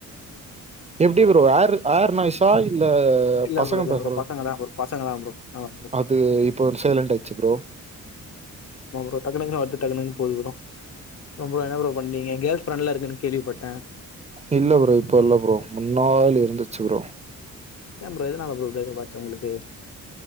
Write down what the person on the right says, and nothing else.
எப்டி ப்ரோ ஏர் ஏர் நாய்சா இல்ல
பசங்க
பேசுற
அத்
அது இப்போ சைலெண்ட் ஆய்டுச்சு ப்ரோ
இல்ல ப்ரோ இப்ப இல்ல ப்ரோ முன்னால் இருந்துச்சு ப்ரோ